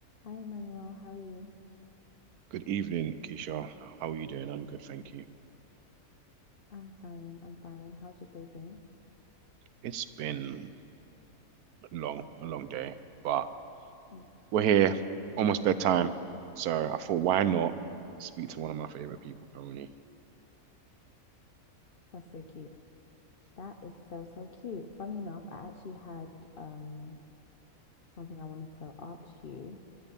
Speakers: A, on the left (about 50°); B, on the right (about 80°).
A: Hi, Emmanuel. How are you?
B: Good evening, Keisha. How are you doing? I'm good, thank you.
A: I'm fine. I'm fine. How's your day been?
B: It's been a long, a long day, but
A: Mm,
B: we're here, almost bedtime. So I thought, why not speak to one of my favorite people currently?
A: that's so cute. That is so, so cute. Funny enough, I actually had um something I wanted to ask you